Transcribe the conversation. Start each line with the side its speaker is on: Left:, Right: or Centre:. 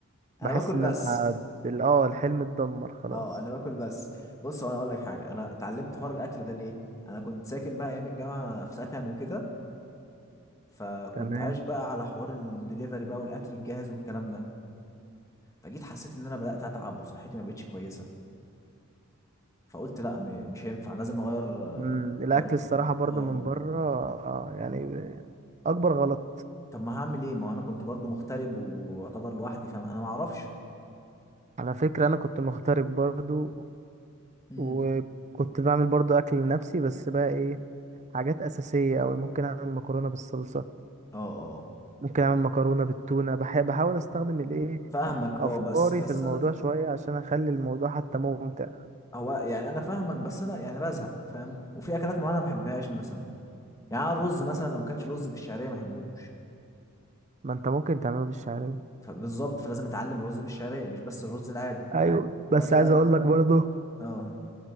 Right: بحس
Left: انا باكل
Right: ان
Left: بس
Right: انا ال- اه الحلم اتدمر خلاص
Left: اه انا باكل بس بص هو انا اقول لك حاجه انا اتعلمت حوار الاكل ده ليه انا كنت ساكن بقى ايام الجامعه في سكن وكده فكنت
Right: تمام
Left: عايش بقى على حوار الدليفري بقى والاكل الجاهز والكلام ده فجيت حسيت ان انا بدات اتعب وصحتي ما بقتش كويسه فقلت لا م- مش هينفع لازم اغير آه،
Right: مم. الاكل
Left: طريق
Right: الصراحه برضو
Left: اه
Right: من بره آه يعني اكبر غلط
Left: طب ما هعمل ايه ما هو انا كنت برضو مغترب واعتبر لوحدي فانا ما اعرفش
Right: على فكره انا كنت مغترب برضو
Left: امم
Right: وكنت بعمل برضو اكل لنفسي بس بقى ايه حاجات اساسيه أوي ممكن اعمل مكرونه بالصلصه
Left: اه اه
Right: ممكن اعمل مكرونه بالتونه بح بحاول استخدم الايه
Left: فاهمك اه
Right: افكاري
Left: بس بس
Right: في الموضوع
Left: انا
Right: شويه عشان اخلي الموضوع حتى ممتع
Left: هو يعني انا فاهمك بس انا يعني بزهق فاهم وفي اكلات معينه ما بحبهاش مثلا يعني أنا الرز مثلا لو ما كانش رز بالشعريه ما احبوش
Right: ما انت ممكن تعمله بالشعريه
Left: فبالظبط فلازم اتعلم الرز بالشعريه مش بس الرز العادي
Right: أيوة. ايوه بس
Left: مثلا
Right: عايز اقول لك برضو
Left: اه